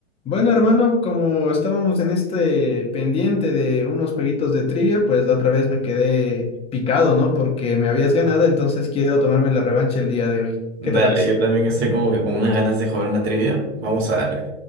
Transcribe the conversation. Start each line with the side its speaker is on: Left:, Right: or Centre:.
Left: Bueno, hermano, como estábamos en este pendiente de unos jueguitos de trivia, pues la otra vez me quedé picado, ¿no? Porque me habías ganado, entonces quiero tomarme la revancha el día de hoy.
Right: Dale,
Left: ¿Qué te parece?
Right: yo también estoy como que con unas ganas de jugar una trivia. Vamos a darle.